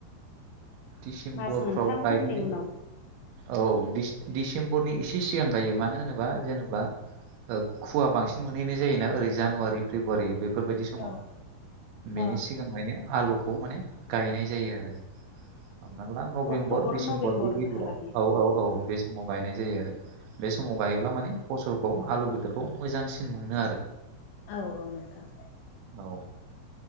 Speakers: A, on the right; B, on the left.
A: डिसेम्बरफ्राव
B: मास मोनथामफोरनि
A: गायहैनाय
B: उनाव
A: औ दि डिसेम्बरनि इसे सिगां गायो मानो होनोबा जेनेबा खुवा बांसिन मोनहैनाय जोना ओरै जानुवारि फेब्रुवारि बे बेफोरबायदि समाव
B: औ
A: बेनि
B: अ
A: सिगांहायनो आलुखौ माने गायनाय जायो आरो हमना ला नभेम्बर
B: अक्ट'बर
A: डिसेम्बर
B: नभेम्बरहालागै
A: बे गेजेराव औ औ औ बे समाव गायनाय जायो आरो बे समाव गायोब्ला माने फसलखौ आलु बेदरखौ मोजांसिन मोनो आरो
B: औ औ नोंथां
A: औ